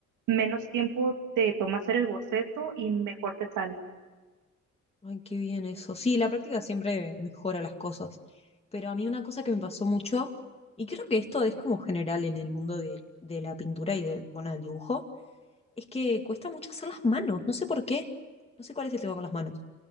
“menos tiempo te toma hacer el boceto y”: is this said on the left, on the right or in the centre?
Right